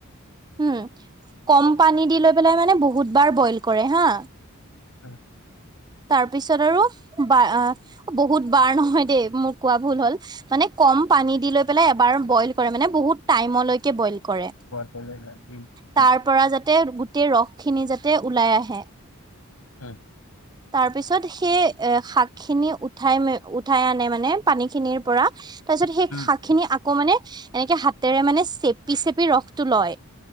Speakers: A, on the right; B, on the left.
A: উম কম পানী দি লৈ পেলাই মানে বহুতবাৰ বইল কৰে হা
B: উ
A: তাৰপিছত আৰু বা বহুত বাৰ নহয় দেই মোৰ কোৱা ভুল হ'ল মানে কম পানী দি লৈ পেলাই এবাৰ বইল কৰে মান বহুত টাইমলৈকে বইল কৰে
B: <unintelligible>
A: তাৰ পৰা যাতে গোটেই ৰস খিনি যাতে ওলাই আহে
B: উম
A: তাৰ পিছত সেই এ শাক খিনি উঠাই মে উঠাই আনে মানে পানীখিনিৰ পৰা। তাৰপিছত সেই
B: উম,
A: শাক খিনি আকৌ মানে এনেকে হাতেৰে মানে চেপি চেপি ৰসটো লয়।